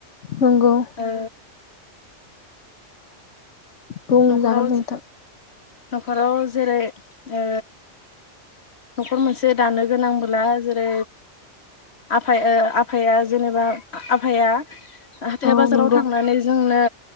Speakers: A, on the left; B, on the left.
A: नंगौ।
B: ओ
A: बुंजागोन
B: न'खराव
A: नोंथां।
B: न'खराव जेरै ओ न'खर मोनसे दानो गोनांबोला जेरै आफाया आफाया ओ जेनेबा आफाया हाथाय
A: औ
B: बाजाराव
A: नंगौ
B: थांनानै जोंनो